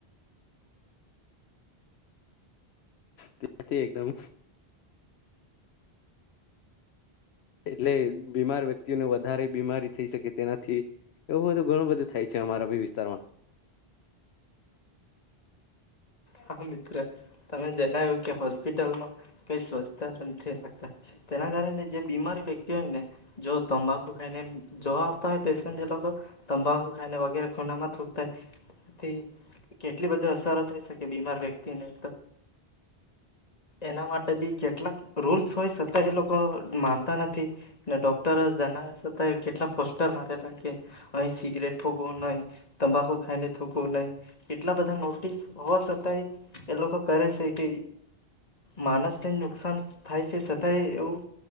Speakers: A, on the left (about 80°); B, on the left (about 40°).
A: ત્યાથી એકદમ એટલે બીમાર વ્યક્તિઓને વધારે બીમારી થઈ શકે તેનાથી, એવું બધું ઘણું બધું થાય છે અમારા બી વિસ્તારમાં.
B: હા મિત્ર, તમે જણાવ્યું કે હોસ્પિટલમાં કઈ સ્વચ્છ નથી રાખતા, તેના કારણે જે બીમારી વ્યક્તિ હોય ને જો તંબાકુ ખાઈને જો આવતા હોય પેશન્ટ એ લોકો, તંબાકુ ખાઈને વગેરે ખૂનામાં થૂકતાય, તેથી કેટલી બધી અસાર થઈ શકે બીમાર વ્યક્તિને, એના માટે બી કેટલાક રૂલ્સ હોય છતાં એ લોકો માનતા નથી, ને ડોક્ટર જણાવ્યા છતાં કેટલા પોસ્ટર મારેલા કે, અહી સિગરેટ ફૂકવું નહીં, તંબાકુ ખાઈને થુંકવું નહીં, એટલા બધા નોટિસ હોવા સાથે એ એ લોકો કરે છે કે માણસને નુકસાન થાય છે છતાંય એવું